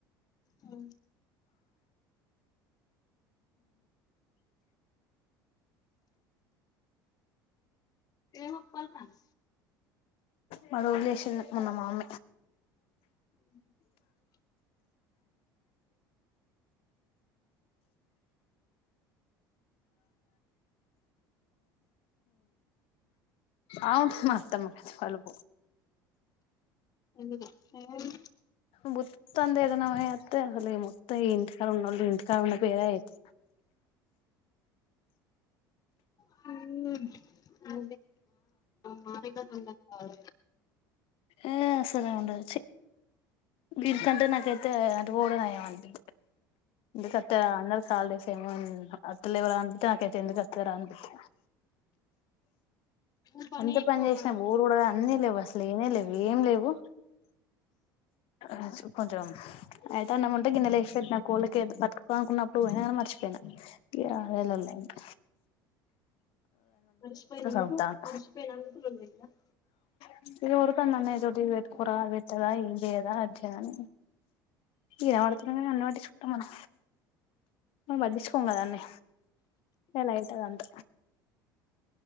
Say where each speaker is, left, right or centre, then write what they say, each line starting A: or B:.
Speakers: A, on the left; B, on the left.
A: అవు ఎమప్పల్ తన్
B: మరో ఉళ్ష ఉన్న మామ
A: <inaudible>
B: అవును మా అత్తమ్మ కలుపు
A: ఎందుకు <unintelligible>
B: బూత్తొందేద్ ఇ నావ అతే అ మొత్త ఇంటిట్ క ఇంటి క బేర అయితే
A: హ్మ్ హ మా దగ్గర హ
B: <unintelligible> ర ఉండచ్చ వీనికంటే నాకైతే పొడం నయం వంది ఇ సత అన్న కాాలే తెమన్ అట్లేవ అంది తక ఎందుకుస్తార అనుపి
A: నువ్వు
B: అంత
A: ఎక్కువగా
B: పని చేసినా ఊరు కూడా అన్నీ లేవు అసలు ఏనే లేవు ఏం లేవు అ చెకుంచం అయితే అన్నం ఉంటే గిన్నెలో వచసి పెట్టి కోళ్ళకి బతుకపో అనుకున్నప్పుడు పోయినా కానీ మర్చిపోయినాను ఇ అవేలా ఉన్నాయియండి
A: మరిచిపోయినందుకు
B: సదువుతాను
A: మరిచిపోయినందుకు రొండు <unintelligible>
B: <unintelligible> ందన్న ఏటి పెట్టుకూర విట్టదా ఇదేదా అజని ఇరవడతు కన్నుటిచ్చుకుట్టామన్న మనం పట్టిచుకో కదనే నెల అయితడంట